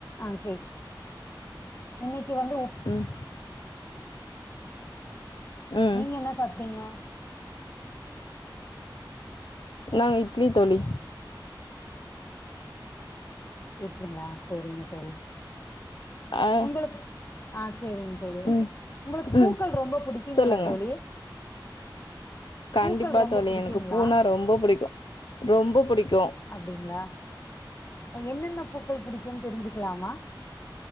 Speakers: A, on the left (about 35°); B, on the left (about 75°).
A: ஆஹ் கே இன்னைக்கு வந்து உப்
B: ம் ம்
A: நீங்க என்ன சாப்டிங்க
B: நாங்க இட்லி தோழி.
A: இட்லிகங்களா செரிங்க தோழி
B: ஆ
A: உங்களுக்கு ஆஹ் செரிங்க தோழி.
B: ம்
A: உங்களுக்கு பூக்கள்
B: ம்
A: ரொம்ப புடிக்குங்களா
B: சொல்லுங்க
A: தோழி
B: கண்டிப்பா
A: பூக்கள் ரொம்ப
B: தோழி.
A: புடிக்குங்களா
B: எனக்கு பூனா ரொம்ப புடிக்கூ ரொம்ப புடிக்கூ
A: அப்டிங்களா என்னென்ன பூக்கள் பிடிக்கும்னு தெருந்ச்சு ஞ்சுக்கலாமா